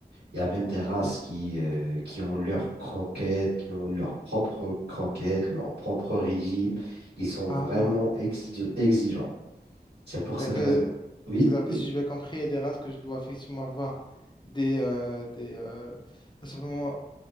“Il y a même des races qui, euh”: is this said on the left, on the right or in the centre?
Right